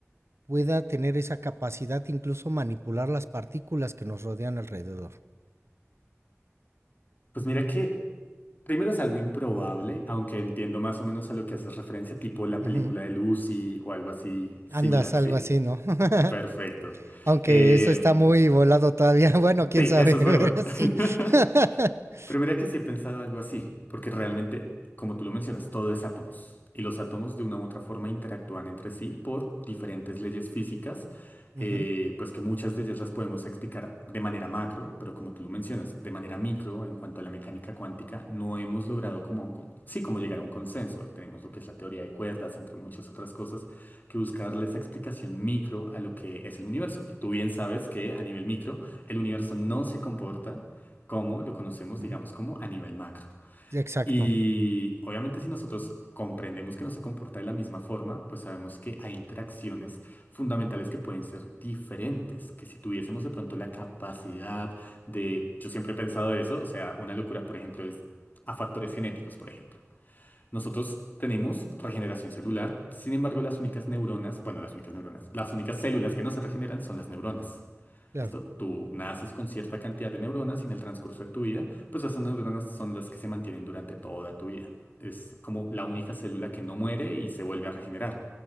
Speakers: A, on the right; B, on the left.
A: pueda tener esa capacidad de incluso manipular las partículas que nos rodean alrededor.
B: Pues mira que primero es algo improbable, aunque entiendo más o menos a lo que haces referencia, tipo la
A: Ujú.
B: película de Lucy o algo así similar,
A: Andas
B: ¿sí?
A: algo así, ¿no? <laughs>
B: Perfecto.
A: Aunque
B: Em,
A: eso está muy volado todavía. <laughs> Bueno, quién
B: sí,
A: sabe,
B: eso es verdad.
A: <laughs>
B: <laughs>
A: sí. <laughs>
B: Pero mira que sí he pensado algo así, porque realmente, como tú lo mencionas, todo es átomos. Y los átomos de una u otra forma interactúan entre sí por diferentes leyes físicas,
A: Ujú,
B: eh, pues que muchas de ellas las podemos explicar de manera macro, pero como tú lo mencionas, de manera micro, en cuanto a la mecánica cuántica, no hemos logrado como, a un con- sí, como llegar a un consenso. Tenemos lo que es la teoría de cuerdas, entre muchas otras cosas, que busca darle esa explicación micro a lo que es el universo. Y tú bien sabes que a nivel micro, el universo no se comporta como lo conocemos,
A: ujú.
B: digamos, como a nivel macro.
A: Sí, exacto.
B: Y obviamente si nosotros comprendemos que no se comporta de la misma forma, pues sabemos que hay interacciones fundamentales que pueden ser diferentes, que si tuviésemos de pronto la capacidad de, yo siempre he pensado eso, o sea, una locura, por ejemplo, es a factores genéticos, por ejemplo. Nosotros tenemos regeneración celular, sin embargo las únicas neuronas,
A: Ujú,
B: bueno, las únicas neuronas, las únicas células que no se regeneran son las neuronas.
A: Claro.
B: ¿Listo? Tú naces con cierta cantidad de neuronas y en el transcurso de tu vida, pues esas neuronas son las que se mantienen durante toda tu vida. Es como la única célula que no muere y se vuelve a regenerar.